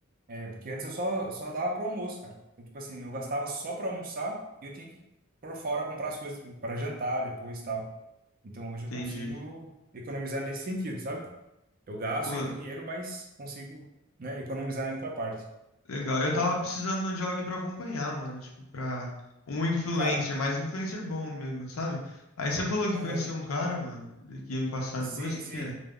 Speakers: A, on the right (about 45°); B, on the left (about 75°).
A: É porque antes eu só, só dava pro almoço, cara. então tipo assim, eu gastava só pra almoçar e eu tinha que ir por fora comprar as coisas para jantar depois e tal. Então hoje
B: Entendi.
A: eu consigo economizar nesse sentido, sabe? Eu gasto
B: Pô,
A: ainda dinheiro, mas consigo, né, economizar em outra parte.
B: legal. Eu tava precisando de alguém pra acompanhar, mano. Tipo, pra um influencer,
A: Cara,
B: mas influencer bom mesmo, sabe? Aí você falou que
A: aham,
B: conhecia um cara, mano, que ia me passar
A: sei,
B: depois. Quem
A: sei.
B: que é?